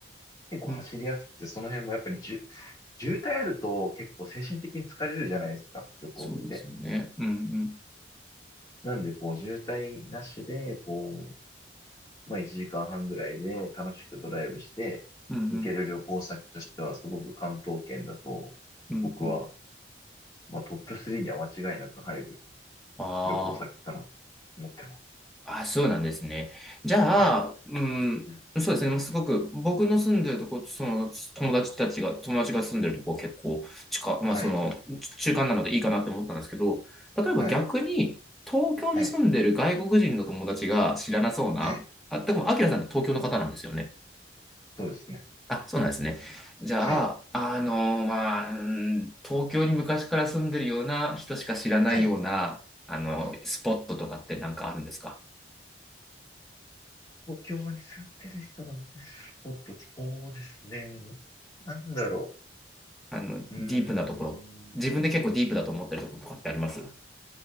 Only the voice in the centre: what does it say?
うん。
そうですよね。うん、うん、
うん、うん、うん。うん
ああー。
あ、そうなんですね。じゃあ、
うん、
そうですね。もうすごく、僕の住んでるとこ、その友達たちが、友達が住んでるとこ結構近、まあその、
中間なのでいいかなって思ったんですけど、例えば逆に、
東京に住んでる外国人の友達が知らなそうな、
あ、でも、アキラさんって東京の方なんですよね。
あ、そうなんですね。じゃあ、
あの、まあ、うん東京に昔から住んでるような人しか知らないような、
あの、
スポットとかってなんかあるんですか
あの、
ディープなところ、自分で結構ディープだと思ってるところとかってあります